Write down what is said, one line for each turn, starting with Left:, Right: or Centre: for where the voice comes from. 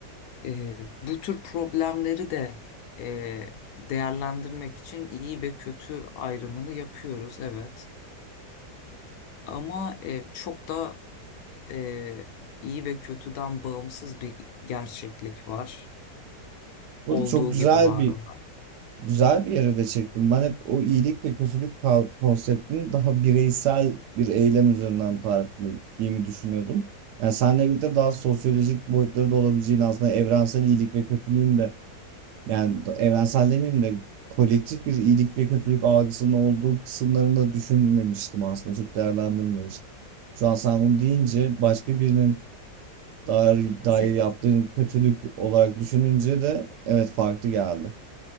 Left: E, bu tür problemleri de e, değerlendirmek için iyi ve kötü ayrımını yapıyoruz, evet. Ama e, çok da e, iyi ve kötüden bağımsız bir gerçeklik var.
Right: Burada
Left: olduğu
Right: çok güzel
Left: gibi var
Right: bir
Left: olan.
Right: güzel bir yere de çektim. Ben hep o iyilik ve kötülük ka- konseptini daha bireysel bir eylem üzerinden tarif ettiğimi düşünüyordum. Yani seninle birlikte daha sosyolojik boyutları da olabileceğini aslında evrensel iyilik ve kötülüğün de Yani evrensel demeyeyim de kolektif bir iyilik ve kötülük algısının olduğu kısımlarını da düşünmemiştim aslında. Çok değerlendirmemiştim. Şu an sen bunu deyince başka birinin dair,
Left: Yani
Right: dair yaptığın kötülük olarak düşününce de evet farklı geldi.